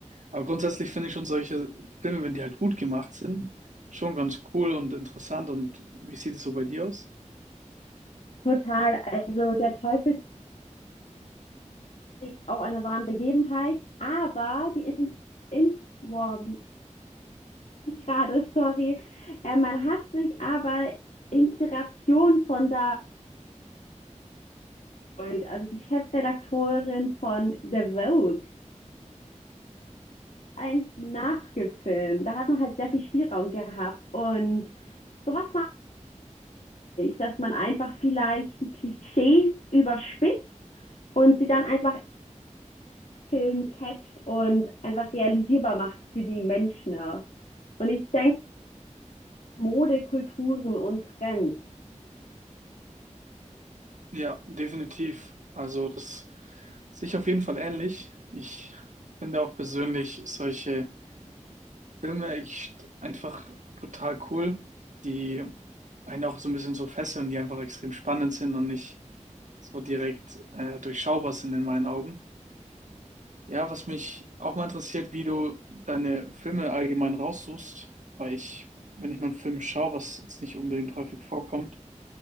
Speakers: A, on the right; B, on the left.
A: Aber grundsätzlich finde ich schon solche Filme, wenn die halt gut gemacht sind, schon ganz cool und interessant. Und wie sieht es so bei dir aus?
B: Total. Also der Teufel trägt auch einer wahren Begebenheit, aber die in, in wow, wie ich gerade, <laughs> sorry, äh, man hat sich aber Inspiration von da, geholt. also die Chefredakteurin von The Vogue, eins nachgefilmt. Da hat man halt sehr viel Spielraum gehabt und sowas dass man einfach vielleicht die Klischees überspitzt und sie dann einfach im Film catcht und einfach realisierbar macht für die Menschen. ja. Und ich denke, Mode, Kulturen und Trends.
A: Ja, definitiv. Also das sehe ich auf jeden Fall ähnlich. Ich finde auch persönlich solche Filme echt einfach total cool, die einen auch so ein bisschen so fesseln, die einfach extrem spannend sind und nicht so direkt äh, durchschaubar sind in meinen Augen. Ja, was mich auch mal interessiert, wie du deine Filme allgemein raussuchst, weil ich, wenn ich mal einen Film schaue, was jetzt nicht unbedingt häufig vorkommt,